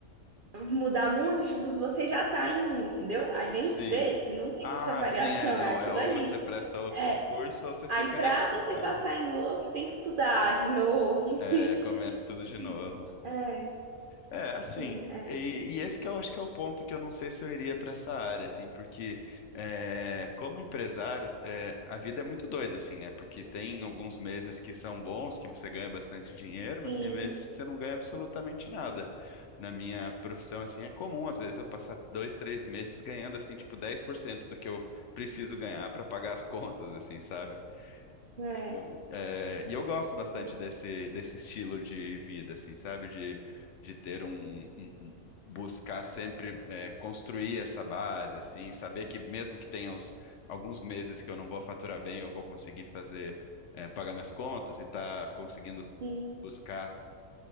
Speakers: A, on the right; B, on the left.
A: mudar muito, tipo, você já tá em um, entendeu? Aí dentro
B: Sim.
A: desse não tem
B: Ah,
A: muita variação,
B: sim, é, não.
A: é aquilo
B: É ou
A: ali.
B: você presta outro
A: É,
B: concurso ou você
A: aí
B: fica
A: pra
B: nesse que você
A: você
B: tá,
A: passar
B: né?
A: em outro, tem que estudar de novo.
B: É, começa
A: <laughs>
B: tudo de novo.
A: Sim. É,
B: É, assim,
A: sim, é,
B: e, e esse que eu acho que é o ponto que eu não sei se eu iria para essa área, assim, porque é, como empresário, é, a vida é muito doida, assim, né? Porque tem alguns meses que são bons, que você ganha bastante dinheiro, mas
A: sim,
B: tem meses que você não ganha absolutamente nada. Na minha profissão, assim, é comum, às vezes, eu passar dois, três meses ganhando, assim, tipo, 10% do que eu preciso ganhar para pagar as contas, assim, sabe?
A: é,
B: O- é, e eu gosto bastante
A: sim,
B: desse, desse estilo de vida, assim, sabe? De, de ter um, um- um- buscar sempre é, construir essa base, assim, saber que mesmo que tenha uns- alguns meses que eu não vou faturar bem, eu vou conseguir fazer, é, pagar minhas contas e tá conseguindo
A: sim.
B: buscar